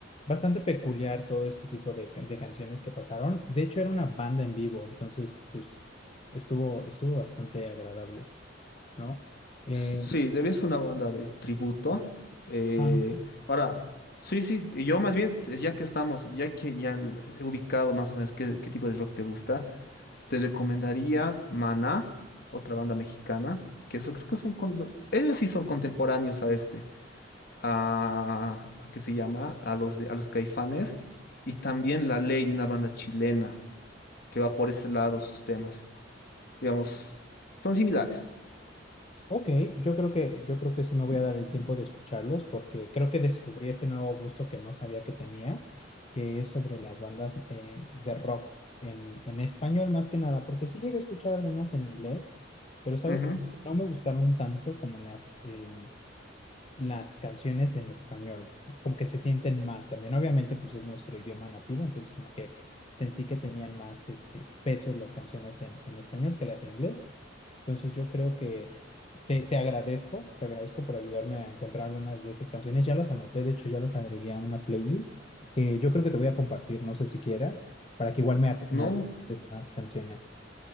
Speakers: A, on the left; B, on the left.
A: bastante peculiar todo este tipo de, ca- de canciones que pasaron. De hecho, era una banda en vivo, entonces, pues estuvo, estuvo bastante agradable, ¿no? Eh,
B: Sí, debía ser una banda de tributo. Eh,
A: Ah.
B: ahora, sí, sí, y yo más bien, eh, ya que estamos, ya que ya l- he ubicado más o menos qué, qué tipo de rock te gusta, te recomendaría Maná, otra banda mexicana, que eso creo que son, con- ellos sí son contemporáneos a este. a, a ¿qué se llama? A los, de, a los Caifanes y también La Ley, una banda chilena que va por ese lado sus temas. Digamos, son similares.
A: Ok, yo creo que, yo creo que sí me voy a dar el tiempo de escucharlos porque creo que descubrí este nuevo gusto que no sabía que tenía, que es sobre las bandas eh, de rock en, en español más que nada, porque sí llegué a escuchar algunas en inglés, pero sabes,
B: Ujú.
A: no me gustaron tanto como las, eh, las canciones en español, ¿no? Como que se sienten más también, obviamente pues es nuestro idioma nativo, entonces como que sentí que tenían más este, peso las canciones en, en español que las de inglés. Entonces yo creo que te, te agradezco, te agradezco por ayudarme a encontrar algunas de estas canciones. Ya las anoté, de hecho ya las agregué a una playlist que yo creo que te voy a compartir, no sé si quieras, para que igual me, acu-
B: ¿No?
A: me recomiendes más canciones.